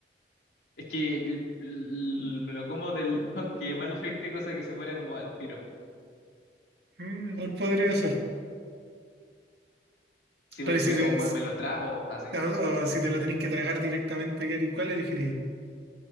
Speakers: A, on the left; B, on the right.
A: Es que l- l- me lo como del lado <laughs> que más le afecte, cosa que se muera como al tiro.
B: Mm, igual podría ser.
A: Si
B: Pero
A: me,
B: si
A: me,
B: te,
A: o me me lo trago así.
B: o- o si te lo tenés que tragar directamente, ¿qué harías? ¿Cuál elegirías?